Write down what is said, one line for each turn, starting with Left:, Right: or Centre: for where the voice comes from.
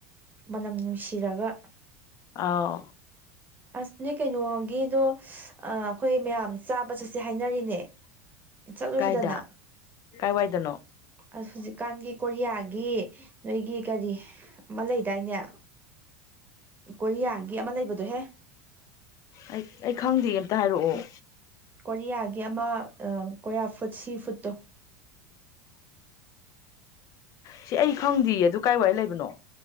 Right: ꯃꯅꯝ ꯅꯨꯡꯁꯤꯔꯒ
Left: ꯑꯥꯎ
Right: ꯑꯁꯅꯦ ꯀꯩꯅꯣꯒꯤꯗꯣ ꯑꯩꯈꯣꯏ ꯃꯌꯥꯝ ꯆꯥꯕ ꯆꯠꯁꯦ ꯍꯥꯏꯅꯔꯤꯅꯦ
Left: <inaudible>
Right: ꯆꯠꯂꯨꯁꯤꯗꯅ
Left: ꯀꯥꯏꯗ ꯀꯥꯏꯋꯥꯏꯗꯅꯣ
Right: ꯑ ꯍꯧꯖꯤꯛ ꯀꯥꯟꯒꯤ ꯀꯣꯔꯤꯌꯥꯒꯤ ꯅꯣꯏꯒꯤ ꯀꯔꯤ ꯑꯃ ꯂꯩꯗꯥꯏꯅꯦ ꯀꯣꯔꯤꯌꯥꯒꯤ ꯑꯃ ꯂꯩꯕꯗꯣꯍꯦ
Left: ꯑꯩ ꯑꯩ ꯈꯪꯗꯦ ꯑꯝꯇ ꯍꯥꯏꯔꯛꯑꯣ
Right: ꯀꯣꯔꯤꯌꯥꯒꯤ ꯑꯃ ꯀꯣꯔꯤꯌꯥ ꯐꯨꯠ ꯁꯤ ꯐꯨꯠꯇꯣ
Left: ꯁꯤ ꯑꯩ ꯈꯪꯗꯦ ꯑꯗꯨ ꯀꯥꯏ ꯋꯥꯏ ꯂꯩꯕꯅꯣ